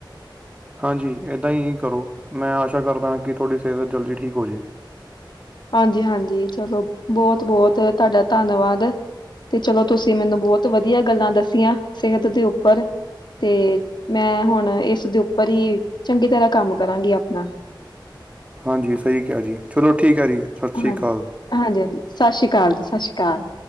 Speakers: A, on the right; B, on the left.
A: ਹਾਂਜੀ ਇੱਦਾਂ ਹੀ ਕਰੋ ਮੈਂ ਆਸ਼ਾ ਕਰਦਾਾਂ ਕਿ ਤੁਹਾਡੀ ਸਿਹਤ ਜਲਦੀ ਠੀਕ ਹੋ ਜਾਵੇ
B: ਹਾਂਜੀ ਹਾਂਜੀ ਚਲੋ ਬਹੁਤ ਬਹੁਤ ਤੁਹਾਡਾ ਧੰਨਵਾਦ ਤੇ ਚਲੋ ਤੁਸੀਂ ਮੈਨੂੰ ਬਹੁਤ ਵਧੀਆ ਗੱਲਾਂ ਦੱਸੀਆਂ ਸਿਹਤ ਦੇ ਉੱਪਰ ਤੇ ਮੈਂ ਹੁਣ ਇਸਦੇ ਉੱਪਰ ਹੀ ਚੰਗੀ ਤਰ੍ਹਾਂ ਕੰਮ ਕਰਾਂਗੀ ਆਪਣਾ
A: ਹਾਂਜੀ ਸਹੀ ਕਿਹਾ ਜੀ ਚਲੋ ਠੀਕ ਹੈ ਜੀ ਸਤਿ ਸ਼੍ਰੀ
B: ਹਾਂਜੀ
A: ਅਕਾਲ
B: ਹਾਂਜੀ ਹਾਂਜੀ ਸਤਿ ਸ਼੍ਰੀ ਅਕਾਲ ਜੀ ਸਤਿ ਸ਼੍ਰੀ ਅਕਾਲ ਕਾ